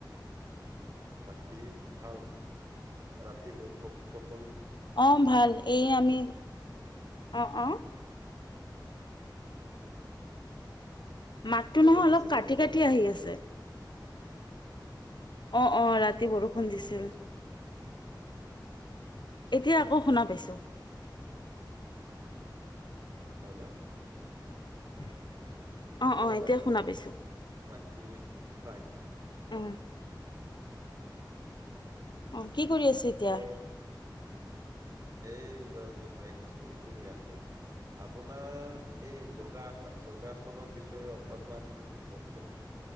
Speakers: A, on the right; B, on the left.
A: বাকী ভাল, ৰাতি গধপ
B: অঁ, ভাল, এই আমি অ, অ।
A: <inaudible>
B: মাতটো
A: বৰষুণ
B: নহয় অলপ
A: দিছিলে
B: কাটি-কাটি
A: নে নাই ৰাতি
B: আহি আছে। অ, অ, ৰাতি
A: ফোনটো
B: বৰষুণ
A: ভালকৈ
B: দিছিল।
A: শুনি আছো
B: এতিয়া
A: হয়
B: আকৌ শুনা পাইছোঁ।
A: হয় না?
B: <inaudible>
A: কোৱা
B: অঁ এতিয়া
A: বাইদেউ,
B: শুনা পাইছোঁ
A: বাকী হয়, কওক।
B: অঁ অ, কি কৰি আছে এতিয়া?
A: ত' এই য ব্ৰেকফাষ্ট কৰি কিনি আছো। আপোনাৰ এই যোগা যোগাসনৰ বিষয়ে অকণমান কওকচোন।